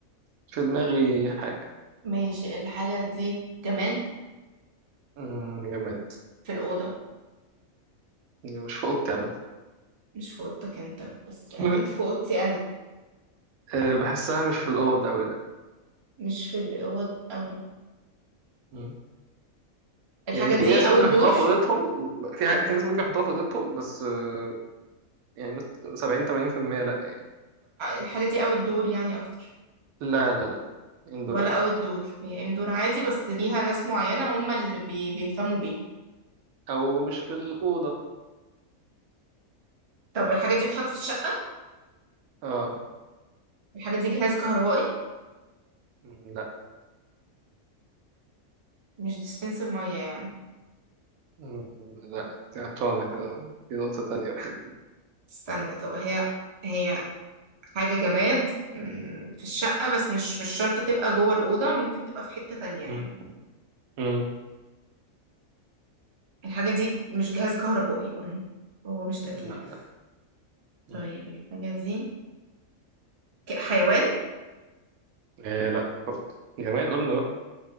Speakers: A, on the right (about 85°); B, on the right (about 40°).
A: في دماغي حاجة
B: ماشي الحاجة دي جماد
A: آه، جماد
B: في الأوضة
A: مش في اوضتي عامة
B: مش في أوضتك أنت بس
A: <laughs>
B: أكيد في أوضتي أنا
A: آه، بحسها مش في الأوض أوي لأ
B: مش في الأوض أوي
A: مم.
B: الحاجة
A: يعني في
B: دي
A: ناس
B: او
A: ممكن
B: الدور
A: يحطوها في أوضتهم في ع-
B: م-
A: في ناس ممكن يحطوها في أوضتهم بس آه، يعني مت- سبعين تمانين في المية لأ
B: الحاجة دي او الدور يعني اكتر
A: لا لا لأ إندور
B: ولا
A: عادي
B: او الدور هي اندور عادي بس ليها ناس معينة هم اللي بي... بيهتموا بيها
A: أو مش في الأوضة
B: طب الحاجة دي بتتحط في الشقة
A: اه
B: الحاجة دي جهاز كهربائي
A: لا
B: مش ديسبنسر مية يعني
A: مم، لا انت عطلانة كده في نقطة تانية بقى
B: استنى طب هي هي حاجة جماد مم، في الشقة بس مش مش شرط تبقى جوه الأوضة ممكن تبقى في حتة تانية
A: مم،
B: يعني
A: مم،
B: الحاجة دي مش جهاز كهربائي قولي هو مش تكييف
A: لا لا مم.
B: طيب الحاجة دي ك- حيوان
A: إيه لا برضه جماد قلنا بقى